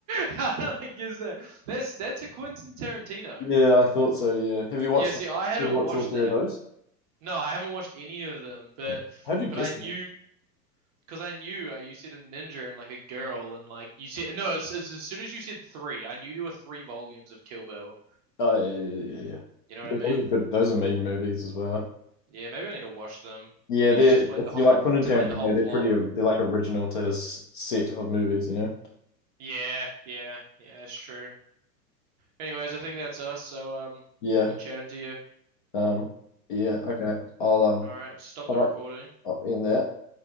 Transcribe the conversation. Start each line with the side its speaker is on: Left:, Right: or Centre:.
Right: how did I guess that? That's that's a Quentin Tarantino.
Left: Yeah, I thought so. Yeah. Have you watched
Right: Yeah, see,
Left: them? Have
Right: I hadn't
Left: you
Right: watched
Left: watched all three
Right: that.
Left: of those?
Right: No, I haven't watched any of them, but
Left: Yeah. How'd you guess
Right: but I knew
Left: that?
Right: because I knew uh, you said a ninja and like a girl and like you said no. It's, it's as soon as you said three, I knew there were three volumes of Kill Bill.
Left: Oh, yeah, yeah, yeah, yeah. yeah.
Right: You know
Left: Yeah,
Right: what I mean?
Left: those are good. Those are mean movies as well.
Right: Yeah, maybe I need to watch them.
Left: Yeah,
Right: But
Left: they're
Right: you just explained
Left: if
Right: the whole
Left: you like Quentin
Right: explained
Left: Tarantino,
Right: the whole plot.
Left: they're pretty they're like original to his set of movies, you know?
Right: Yeah, yeah, yeah. That's true. Anyways, I think that's us. So um,
Left: Yeah.
Right: it's good chatting to you.
Left: Um, yeah, okay. I'll um
Right: All right, stop
Left: put
Right: the recording.
Left: up I'll end that.